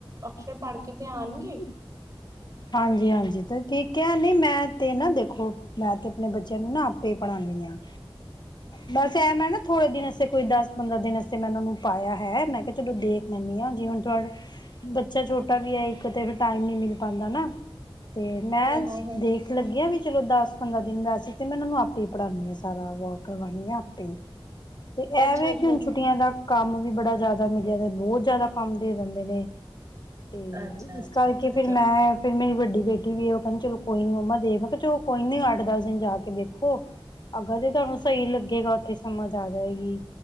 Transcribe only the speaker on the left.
ਹਾਂਜੀ ਹਾਂਜੀ ਤੇ ਠੀਕ ਹੈ ਨਹੀਂ ਮੈਂ ਤੇ ਨਾ ਦੇਖੋ ਮੈਂ ਤੇ ਆਪਣੇ ਬੱਚਿਆਂ ਨੂੰ ਨਾ ਆਪੇ ਪੜ੍ਹਾਉਦੀ ਹ ਬਸ ਐ ਮੈਂ ਨਾ ਥੋੜੇ ਦਿਨ ਕੋਈ ਦਸ ਪੰਦਦਰਾਂ ਦਿਨ ਮੈਂ ਨੂੰ ਪਾਇਆ ਹੈ ਮੈਂ ਕਿਹਾ ਚਲੋ ਦੇਖ ਲੈਂਦੀ ਹਾਂ ਜੀ ਹੁਣ ਬੱਚਾ ਛੋਟਾ ਵੀ ਹੈ ਇੱਕ ਤੇ ਟਾਈਮ ਨ ਮਿਲ ਪਾਉਦਾ ਨਾ ਤੇ ਮੈਂ
ਦੇਖ ਲੱਗੀ ਹ ਵੀ ਚਲੋ ਦਸ ਪੰਦਰਾਂ ਦਿੰਦਾ ਸੀ ਤੇ ਮੈਂ ਉਹਨਾਂ ਨੂੰ ਆਪੇ ਹੀ ਪੜ੍ਹਾਉਂਦੀ ਹਾਂ ਸਾਰਾ ਵਰਕ ਕਰਵਾਉਣੀ ਹਾਂ ਆਪੇ ਹੀ ਤੇ ਇਹ
ਵੀ
ਕਿ ਹੁਣ
ਛੁੱਟੀਆਂ ਦਾ ਕੰਮ ਵੀ ਬੜਾ ਜ਼ਿਆਦਾ ਮਿਲਿਆ ਤੇ ਬਹੁਤ ਜ਼ਿਆਦਾ ਆਮ ਦੇ ਦਿੰਦੇ ਨੇ ਤੇ
ਇਸ ਕਰਕੇ
ਫਿਰ ਮੈਂ ਫਿਰ ਮੇਰੀ ਵੱਡੀ ਹ ਵੀ ਉਹਹਦੀ ਚਲੋ ਕੋਈ ਨੀ ਮੰਮਾ ਮੈਂ ਕਿਹਾ ਚਲੋ ਕੋਈ ਨੀ ਅੱਠ ਦਸ ਦਿਨ ਜਾ ਕੇ ਦੇਖੋ ਅੱਗਾਂ ਤੇ ਤੁਹਾਨੂੰ ਸਹੀ ਲੱਗੇਗਾ ਉੱਥੇ ਸਮਝ ਆ ਜਾਏਗੀ